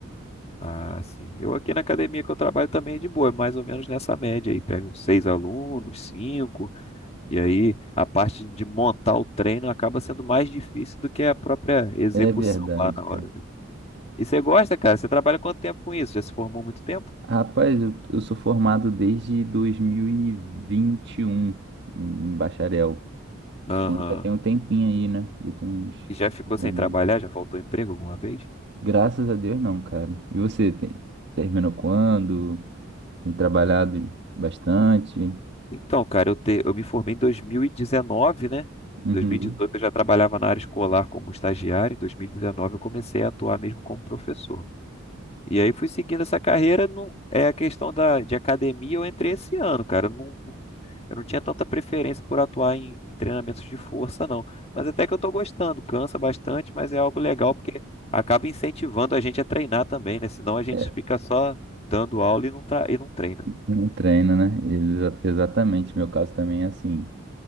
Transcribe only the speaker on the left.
Ah, sim. Eu aqui na academia que eu trabalho também é de boa, é mais ou menos nessa média aí. Pega uns seis alunos, cinco. E aí a parte de montar o treino acaba sendo mais difícil do que a própria execução
lá na
hora. E você gosta, cara? Você trabalha quanto tempo com isso? Já se formou muito tempo?
Aham.
E já ficou
sem
trabalhar? Já faltou emprego alguma vez?
Então, cara, eu, te- eu me formei em 2019, né?
2018 eu já trabalhava na área escolar como estagiário, em 2019 eu comecei a atuar mesmo como professor. E aí fui seguindo essa carreira, não é a questão da, de academia, eu entrei esse ano, cara. Eu Não, Eu não tinha tanta preferência por atuar em, em treinamentos de força, não. Mas até que eu tô gostando, cansa bastante, mas é algo legal porque acaba incentivando a gente a treinar também, né? Senão a gente
fica só dando aula e não tá, e não treina.